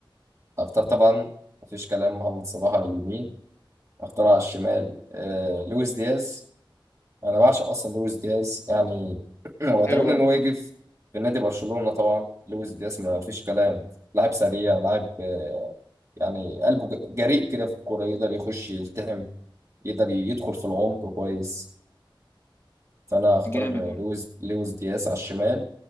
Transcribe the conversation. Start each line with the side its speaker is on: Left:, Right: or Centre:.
Right: اختار طبعا مفيش كلام محمد صلاح على اليمين اختار على الشمال أه لويس دياز انا بعشق اصلا لويس دياز يعني <clears throat> واتمنى
Left: حلو برضه
Right: ان هو يجي في في نادي برشلونة طبعا لويس دياز ما فيش كلام لاعب سريع لاعب آه، يعني قلبه ج- جريء كده في الكورة يقدر يخش يلتحم يقدر يدخل في العمق كويس فانا هختار
Left: جامد
Right: لويس لويس دياس على الشمال